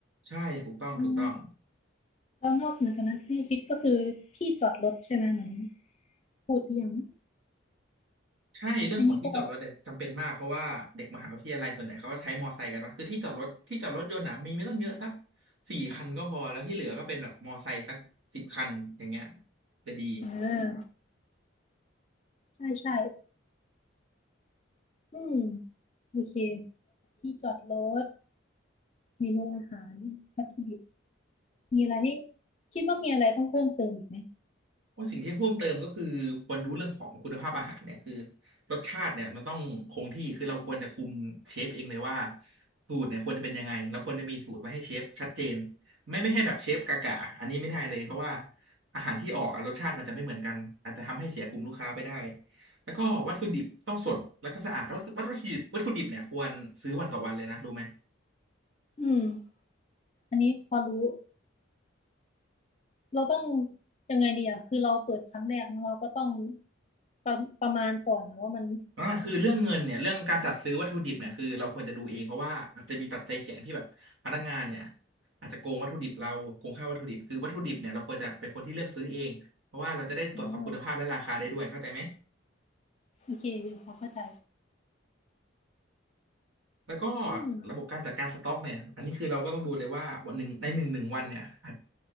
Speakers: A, on the right; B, on the left.
A: ใช่ถูกต้องถูกต้อง
B: อืมแล้วนอกเหนือจากนั้นที่ฟิตก็คือที่จอดรถใช่ไหมเหมือนพูดไปอย่าง
A: ใช่เรื่องของที่จอดรถเนี่ยจำเป็นมากเพราะว่าเด็กมหาวิทยาลัยส่วนใหญ่เขาก็ใช้มอไซค์กันเนอะคือที่จอดรถที่จอดรถยนต์น่ะมีไม่ต้องเยอะสัก
B: อันนี้ก็
A: สี่คันก็พอแล้วที่เหลือก็เป็นแบบมอไซค์สักสิบคันอย่างเงี้ยจะดี
B: เออใช่ใช่อืมโอเคที่จอดรถเมนูอาหารวัตถุดิบมีอะไรที่คิดว่ามีอะไรต้องเพิ่มเติมอีกไหม
A: ว่าสิ่งที่เพิ่มเติมก็คือควรรู้เรื่องของคุณภาพอาหารเนี่ยคือรสชาติเนี่ยมันต้องคงที่คือเราควรจะคุมเชฟเองเลยว่าสูตรเนี่ยควรจะเป็นยังไงเราควรจะมีสูตรไว้ให้เชฟชัดเจนไม่ไม่ให้แบบเชฟกากะอันนี้ไม่ได้เลยเพราะว่าอาหารที่ออกอะรสชาติมันจะไม่เหมือนกันอาจจะทำให้เสียกลุ่มลูกค้าไปได้แล้วก็วัตถุดิบต้องสดแล้วก็สะอาดวัตถุวัตถุดิบวัตถุดิบเนี่ยควรซื้อวันต่อวันเลยนะรู้ไหม
B: อืมอันนี้พอรู้ เราต้องยังไงดีอะคือเราเปิดครั้งแรกเนอะเราก็ต้องประประมาณก่อนนะว่ามัน
A: อ่าคือเรื่องเงินเนี่ยเรื่องการจัดซื้อวัตถุดิบเนี่ยคือเราควรจะดูเองเพราะว่าอาจจะมีปัจจัยเสี่ยงที่แบบพนักงานเนี่ยอาจจะโกงวัตถุดิบเราโกงค่าวัตถุดิบคือวัตถุดิบเนี่ยเราควรจะเป็นคนที่เลือกซื้อเองเพราะว่าเราจะได้ตรวจสอบคุณภาพและราคาได้ด้วยเข้าใจไหม
B: อ่าโอเคพอเข้าใจ
A: แล้วก็
B: อืม
A: ระบบการจัดการสต็อกเนี่ยอันนี้คือเราก็ต้องดูเลยว่าวันหนึ่งในหนึ่งหนึ่งวันเนี่ยอาจ